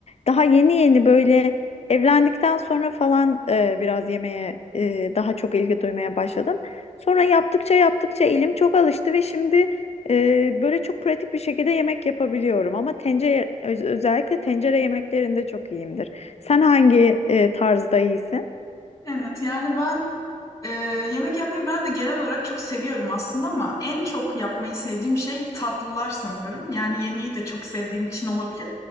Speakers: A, on the left; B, on the left.
A: Daha yeni yeni böyle evlendikten sonra falan e, biraz yemeğe e, daha çok ilgi duymaya başladım. Sonra yaptıkça yaptıkça elim çok alıştı ve şimdi e, böyle çok pratik bir şekilde yemek yapabiliyorum. Ama tencere öz- özellikle tencere yemeklerinde çok iyiyimdir. Sen hangi e, tarzda iyisin?
B: Evet, yani ben eee, yemek yapmayı ben de genel olarak çok seviyorum aslında ama en çok yapmayı sevdiğim şey tatlılar sanıyorum. Yani yemeği de çok sevdiğim için olabilir.